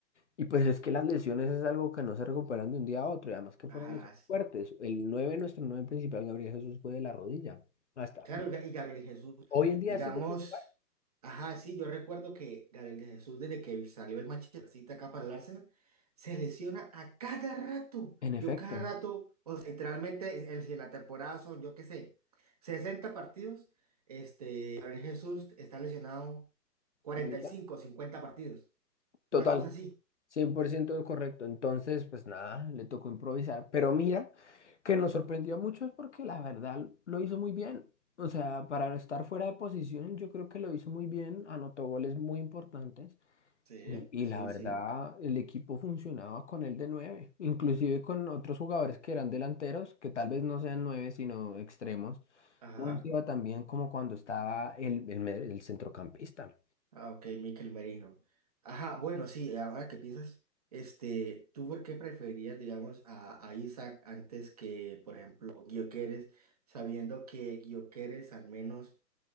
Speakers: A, on the left (about 45°); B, on the right (about 25°).
A: Y pues es que las lesiones es algo que no se recuperan de un día a otro, y además que fueron
B: Ajá,
A: lesiones
B: sí.
A: fuertes. El 9 nuestro 9 principal, Gabriel Jesús, fue de la rodilla. Hasta
B: Claro, y Gabriel Jesús,
A: hoy en día
B: digamos,
A: sigue sin jugar.
B: ajá, sí, yo recuerdo que Gabriel de Jesús, desde que salió el Manchester City acá para el Arsenal, se lesiona a cada rato.
A: En efecto,
B: Yo cada rato, o sea, literalmente, el- si en la temporada son, yo qué sé, 60 partidos, este, Gabriel Jesús está lesionado 45,
A: la mitad.
B: 50 partidos.
A: Total,
B: Una cosa así.
A: 100% correcto. Entonces, pues nada, le tocó improvisar. Pero mira, que nos sorprendió a muchos porque la verdad lo hizo muy bien. O sea, para estar fuera de posición, yo creo que lo hizo muy bien. Anotó goles muy importantes.
B: Sí,
A: Y, y
B: sí,
A: la verdad,
B: sí.
A: el equipo funcionaba con él de nueve, inclusive con otros jugadores que eran delanteros, que tal vez no sean nueve, sino extremos.
B: Ajá.
A: No nos iba tan bien como cuando estaba el, el, me- el centrocampista.
B: Ah, ok, Mikel Merino. Ajá, bueno, sí, ahora que piensas, este, ¿tú por qué preferirías, digamos, a, a Isaac antes que, por ejemplo, Gyökeres, sabiendo que Gyökeres al menos,